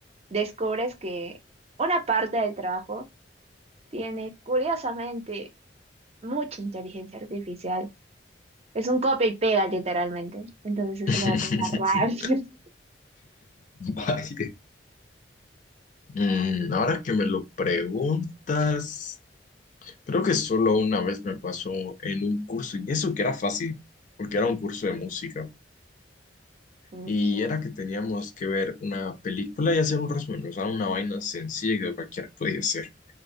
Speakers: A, on the right (about 35°); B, on the left (about 45°).
A: descubres que una parte del trabajo tiene, curiosamente, mucha inteligencia artificial. Es un copia y pega, literalmente. Entonces eso
B: <laughs>
A: me da como una rabia. <laughs>
B: Vaya. Mm, ahora que me lo preguntas, creo que solo una vez me pasó en un curso, y eso que era fácil, porque era un curso de música,
A: Ok.
B: y era que teníamos que ver una película y hacer un resumen, o sea, una vaina sencilla que cualquiera podía hacer.